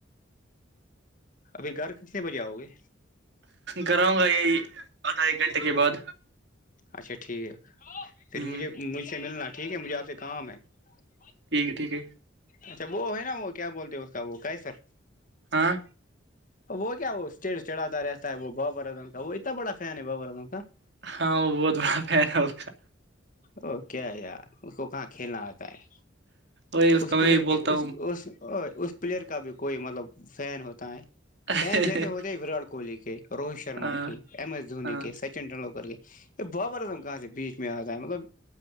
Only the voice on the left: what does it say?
ابھی گھر کتنے بجے آؤ گے
اچھا ٹھیک پھر
مجھے مجھ سے ملنا ٹھیک ہے مجھے آپ سے کام ہے جی
اچھا وہ ہے نا وہ کیا بولتے ہیں اس کا وہ کہے سر
اب وہ کیا وہٹی چڑاتتا ہے رہتا ہے وہ بابا ردن کا وہ اتنا بڑا فین ہے بابر ردن کا <unintelligible>
او کیا یار اس کو کہاں کھیلنا آتا ہے
اس
پلیئر
کے اس اس اس پلیئر کا بھی کوئی مطلب فین ہوتا ہے فین
جیسے ہوتے ہیں وراٹ کوہلی کے روہت شرما
کے ایم ایس دھونی
کے سچن ٹینڈولکر کے ا بابر اعظم کہاں سے بیچ میں آ مطلب